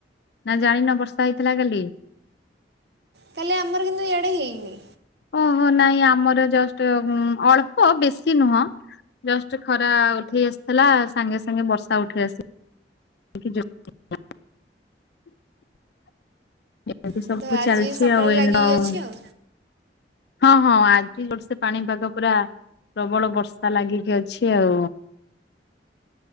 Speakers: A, on the left; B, on the right.
A: ନା ଜାଣିନ ବର୍ଷା ହେଇଥିଲା କାଲି?
B: କାଲି ଆମର କିନ୍ତୁ ଇଆଡ଼େ ହେଇନି।
A: ଓହୋ ନାଇଁ ଆମର ଜଷ୍ଟ୍ ଅଳ୍ପ ବେଶୀ ନୁହଁ। ଜଷ୍ଟ୍ ଖରା ଉଠେଇ ଆସିଥିଲା ସାଙ୍ଗେ ସାଙ୍ଗେ ବର୍ଷା ଉଠେଇ ଆସି <unintelligible> ଏବେବି
B: କିନ୍ତୁ
A: ସବୁ
B: ଆଜି
A: ଚାଲିଛି
B: ସକାଳୁ
A: ଆଉ <unintelligible>
B: ଲାଗିକି ଅଛି ଆଉ।
A: ହଁ ହଁ ଆ <unintelligible> ପାଣିପାଗ ପୁରା ପ୍ରବଳ ବର୍ଷା ଲାଗିକି ଅଛି ଆଉ।